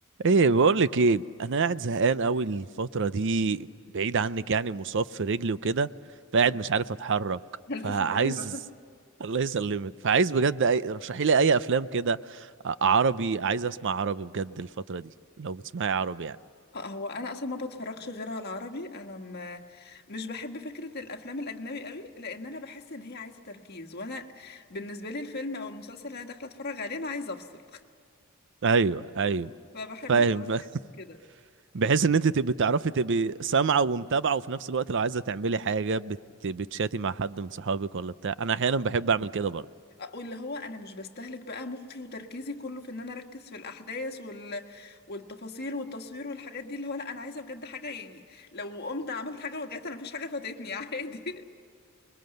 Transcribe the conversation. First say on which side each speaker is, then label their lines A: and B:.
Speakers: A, on the right; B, on the left.
A: ايه بقول لك ايه انا قاعد زهقان قوي الفتره دي بعيد عنك يعني مصاب في رجلي وكده فقاعد
B: آه.
A: مش عارف اتحرك
B: ألف
A: فعايز
B: سلامة
A: <laughs> الله يسلمك فعايز بجد اي رشحي لي اي افلام كده ع- عربي عايز اسمع عربي بجد الفتره دي لو بتسمعي عربي يعني
B: هو انا اصلا ما بتفرجش غير على العربي انا م... مش بحب فكره الافلام الاجنبي قوي لان انا بحس ان هي عايزه تركيز وانا بالنسبه لي الفيلم او المسلسل اللي انا داخله اتفرج عليه انا عايزه افصل
A: ايوه ايوه
B: <laughs> فبحب
A: فاهم
B: العربي
A: فاهم.
B: عشان
A: <laughs>
B: كده
A: بحيث ان انت تبقي تعرفي تبقي سامعه ومتابعه وفي نفس الوقت لو عايزه تعملي حاجه بت... بتشاتي مع حد من صحابك ولا بتاع انا احيانا بحب اعمل كده برضه
B: آه، واللي هو انا مش بستهلك بقى مخي وتركيزي كله في ان انا اركز في الاحداث وال... والتفاصيل والتصوير والحاجات دي اللي هو لا انا عايزه بجد حاجه يعني لو قمت عملت حاجه ورجعت انا مفيش حاجه فاتتني <laughs> عادي